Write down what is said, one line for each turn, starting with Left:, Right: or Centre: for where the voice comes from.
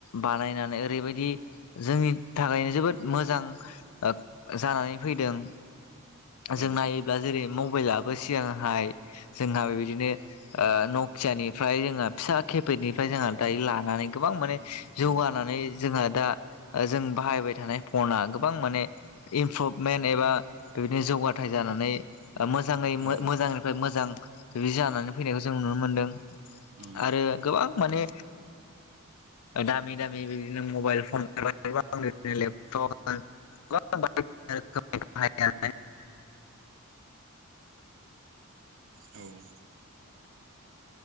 Left: बानायनानै ओरैबायदि जोंनि थाखायनो जोबोद मोजां ओ जानानै फैदों
Right: औ
Left: जों नाय दा जेरै मबाइलाबो सिगांहाय जोंहा बेबायदिनो ओ नकियानिफ्राय जोंहा फिसा खेपेटनिफ्राय जोंहा दायो लानानै गोबां माने जौगानानै
Right: औ
Left: जोंहा दा जों बाहायबाय थानाय फना गोबां माने इमप्रभमेन्ट एबा बेबायदिनो जौगाथाय जानानै मोजाङै
Right: ओम
Left: मोजांनिफ्राय मोजां बिदि जानानै फैनायखौ जों नुनो मोनदों
Right: औ
Left: आरो गोबां माने दामि-दामि बिदिनो मबाइल फन <unintelligible> लेपटप <unintelligible>
Right: औ